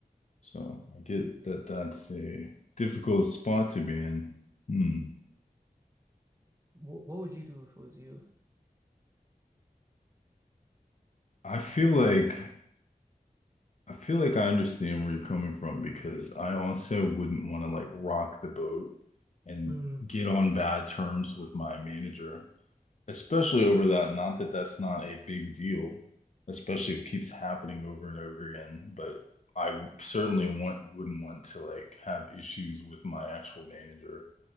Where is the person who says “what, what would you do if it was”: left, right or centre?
Right